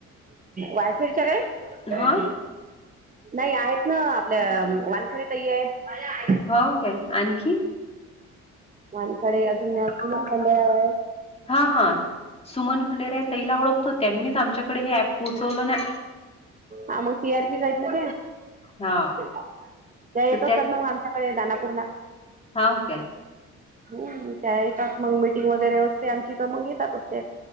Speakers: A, on the right (about 25°); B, on the left (about 20°).
A: वारकरी च्या काय?
B: हा
A: नाही आहेत ना आपल्या वानखड्या ताई आहेत.
B: हो काय आणखी?
A: वानखडे अजून अस सुमन खंडेराय हाय.
B: हा हा सुमन खंडेराय ताई ओळखतो, त्यांनीच आमच्याकडे हे ऍप पोहोचवलं ना.
A: हा मग सी आर पी च आहेत ना
B: हा
A: त्या येतात
B: तर
A: असतात ना मग आम तुमच्याकडे दानापूरला.
B: हा ओ काय?
A: हम्म. त्या येतात मग मीटिंग वगैरे असते. आमची तर मग येतातच त्या.